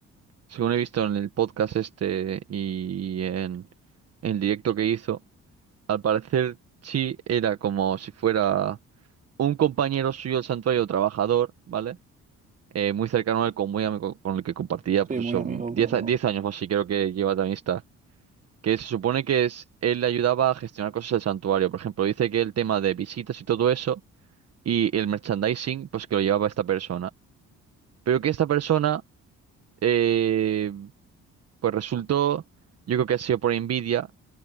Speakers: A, on the right; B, on the right.
A: según he visto en el podcast este y en en el directo que hizo, al parecer sí era como si fuera... un compañero suyo del santuario, trabajador, ¿vale? Eh, muy cercano a él, con, muy amigo, con el que compartía, pues
B: Sí, muy
A: eso,
B: amigo,
A: diez
B: muy amigo.
A: a- 10 años o así creo que lleva de amistad. Que se supone que es, él le ayudaba a gestionar cosas del santuario. Por ejemplo, dice que el tema de visitas y todo eso, y el merchandising, pues que lo llevaba esta persona. Pero que esta persona, eh, pues resultó, yo creo que ha sido por envidia,